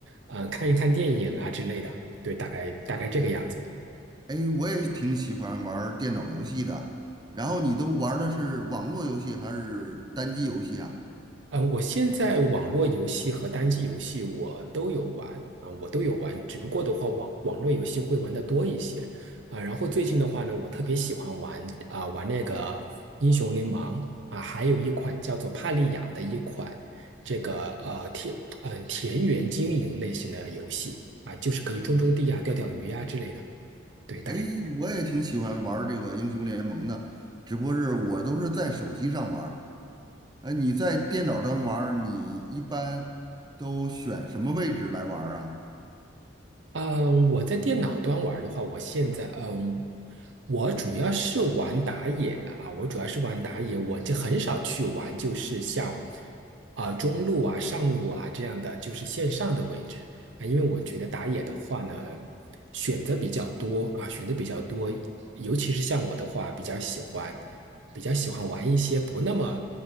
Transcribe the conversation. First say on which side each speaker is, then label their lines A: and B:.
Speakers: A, on the right; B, on the right.
A: 呃看一看电影啊之类的，对，大概大概这个样子。
B: 哎，我也挺喜欢玩儿电脑游戏的。然后你都玩儿的是网络游戏还是单机游戏啊？
A: 嗯，我现在网络游戏和单机游戏我都有玩，啊、我都有玩，只不过的话网网络游戏会玩的多一些，啊、然后最近的话呢，我特别喜欢玩啊、玩那个英雄联盟啊、还有一款叫做帕利亚的一款这个呃田嗯、呃田园经营类型的游戏啊、就是可以种种地呀、钓钓鱼呀、之类的，对，大概。
B: 哎，我也挺喜欢玩儿这个英雄联盟的，只不过是我都是在手机上玩儿。哎，你在电脑端玩儿，你一般都选什么位置来玩儿啊？
A: 嗯，我在电脑端玩的话，我现在嗯，我主要是玩打野啊，我主要是玩打野，我就很少去玩，就是像啊、中路啊、上路啊这样的，就是线上的位置啊，因为我觉得打野的话呢，选择比较多啊，选择比较多，尤其是像我的话，比较喜欢比较喜欢玩一些不那么